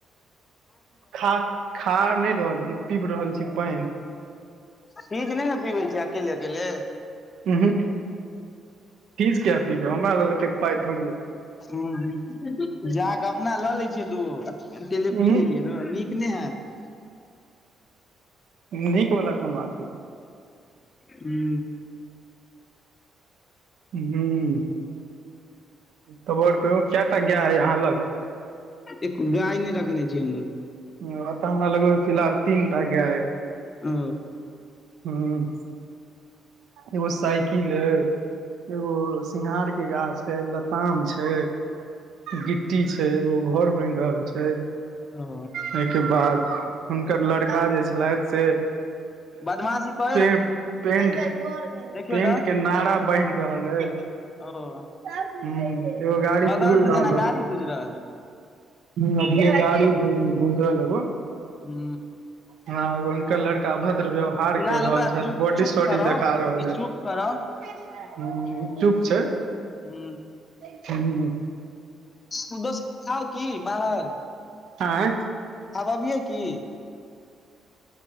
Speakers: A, on the right (about 75°); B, on the left (about 35°).
A: खा खा नहि रहल छी पीब रहल छी पानि
B: चीज नहि ने पीबै छी अकेले अकेले
A: उहूक फीज किया पीबै हमरा लग त पाइ थोड़ीे
B: ह जाकऽ अपना लऽ लै छियै दूगो अकेले
A: उहूं
B: पी लेलियै नीक नहि हैत
A: नीक बला कोन बात है
B: हू
A: ह तब और को क्य तक गएह हय आहाँ लग
B: एक गाय नहि रखने छ हमर
A: तऽ हमरा लगमे फिलहाल तीन टा गाय अइ
B: ओ
A: ह एगो साइकिल अइ एगो सिंघार के गाछ है लताम छै गिट्टी छै एगो घर बनि रहल छै
B: ओ
A: एहिके बाद हुनकर लड़का जे छलथि से
B: बदमाशी प
A: पें पेंट
B: देखियौ
A: पेंट
B: तऽ
A: के नारा बान्हि रहल अई
B: ओ
A: ह एगो गाड़ी
B: बगल
A: सुुरू सुन
B: से
A: रहलुँ
B: जेना गाड़ी गुजरल
A: ह गीु लेब <unintelligible> <unintelligible>
B: हू
A: हँओर हुनकर लड़का अभद्र व्यव हार
B: फिलहाल
A: कर रहल
B: ओकरा
A: छथि
B: चुप
A: बॉडी
B: चुप
A: सॉडी
B: करौ
A: देखा रहल
B: ई
A: अइ
B: चुप करौ
A: ह चुप छै
B: हू
A: ह
B: आब दोस आउ की बाहर
A: हँ <unintelligible> <unintelligible>
B: आब अबियै की